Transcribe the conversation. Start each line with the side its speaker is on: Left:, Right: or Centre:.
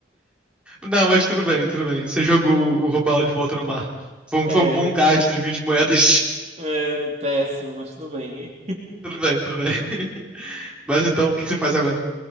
Centre: Não, mas tudo bem, tudo bem. Você jogou o robalo de volta no mar. Foi um,
Right: É,
Centre: foi um bom gasto de 20 moedas.
Right: é péssimo, mas tudo bem.
Centre: Tudo bem, tudo bem. <laughs> Mas então, o que que você faz agora?